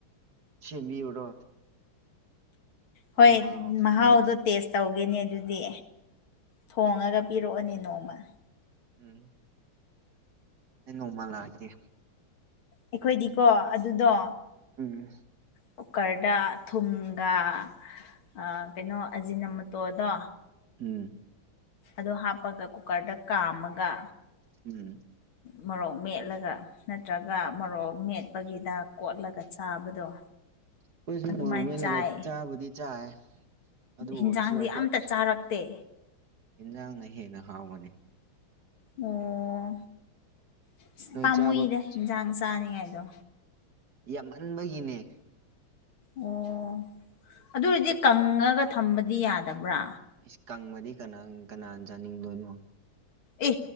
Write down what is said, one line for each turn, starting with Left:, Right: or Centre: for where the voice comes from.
Right: ꯁꯦꯝꯕꯤꯌꯨꯔꯣ
Left: ꯍꯣꯏ
Right: ꯃꯥꯏ ꯃꯍꯥꯎ
Left: ꯃꯍꯥꯎꯗꯣ
Right: ꯃꯣꯏ
Left: ꯇꯦꯁ ꯇꯧꯒꯦꯅꯦ ꯑꯗꯨꯗꯤ ꯊꯣꯡꯉꯒ ꯄꯤꯔꯛꯑꯣꯅꯦ ꯅꯣꯡꯃ
Right: ꯎꯝ ꯅꯣꯡꯃ ꯂꯥꯛꯀꯦ
Left: ꯑꯩꯈꯣꯏꯗꯤꯀꯣ ꯑꯗꯨꯗꯣ
Right: ꯎꯝ
Left: ꯀꯨꯀꯔꯗꯥ ꯊꯨꯝꯒꯥ ꯑ ꯀꯩꯅꯣ ꯑꯖꯤꯅ ꯃꯇꯣꯔꯗꯣ
Right: ꯎꯝ
Left: ꯑꯣꯗꯣ ꯍꯥꯞꯄꯑꯒ ꯀꯨꯀꯔꯗ ꯀꯥꯝꯃꯒ
Right: ꯎꯝ
Left: ꯃꯣꯔꯣꯛ ꯃꯦꯠꯂꯒ ꯅꯠꯇ꯭ꯔꯒ ꯃꯣꯔꯣꯛ ꯃꯦꯠꯄꯒꯤꯗꯥ ꯀꯣꯠꯂꯒ ꯆꯥꯕꯗꯣ
Right: ꯑꯩꯈꯣꯏꯁꯨ
Left: ꯑꯗꯨꯃꯥꯏꯅ
Right: ꯃꯣꯔꯣꯛ ꯃꯦꯠꯂꯒ
Left: ꯆꯥꯏ
Right: ꯆꯥꯕꯨꯗꯤ ꯆꯥꯏ ꯑꯗꯨ
Left: ꯍꯤꯟꯖꯥꯡꯗꯤ
Right: ꯑꯣꯏꯔꯁꯨ ꯑꯩꯈꯣꯏ
Left: ꯑꯝꯇ ꯆꯥꯔꯛꯇꯦ
Right: ꯌꯦꯟꯖꯥꯡꯅ ꯍꯦꯟꯅ ꯍꯥꯎꯕꯅꯤ
Left: ꯑꯣ ꯑꯁ
Right: ꯅꯣꯏ
Left: ꯄꯥꯝꯃꯨꯏꯗ
Right: ꯆꯥꯕ
Left: ꯏꯟꯖꯥꯡ ꯆꯥꯅꯤꯡꯉꯥꯏꯗꯣ
Right: ꯌꯥꯝꯃꯟꯕꯒꯤꯅꯦ
Left: ꯑꯣ ꯑꯗꯨ ꯑꯣꯏꯔꯗꯤ ꯀꯪꯉꯒ ꯊꯝꯕꯗꯤ ꯌꯥꯗꯕ꯭ꯔꯥ
Right: ꯏꯁ ꯀꯪꯕꯗꯤ ꯀꯅꯥ ꯀꯅꯥꯅ ꯆꯥꯅꯤꯡꯗꯣꯏꯅꯣ
Left: ꯑꯦ